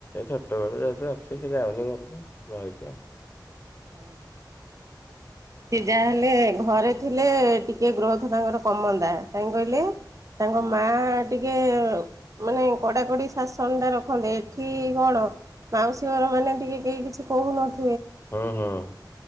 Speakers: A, on the left (about 30°); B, on the right (about 45°).
A: ଛୋଟ ବଳ ଯେହେତୁ ଅଛିେ ସେ ଯାଉନି ଘରକୁ ରହିଛି ଆଉ।
B: ହଁ।
A: <unintelligible>
B: ସେ ଯାହା ହେଲେ ଘରେ ଥିଲେ ଟିକେ ଗ୍ରୋଥ ତାଙ୍କର କମତା କାହିଁ କହିଲେ? ତାଙ୍କ ମା ଟିକେ ମାନେ କଡାକଡି ଶାସନ ଟା ରଖନ୍ତେ ଏଠି । କଣ ମାଉସୀ ଘର ମାନେ ଟିକେ କେହି କିଛି କହୁନନ୍ତି?
A: ହଁ ହଁ।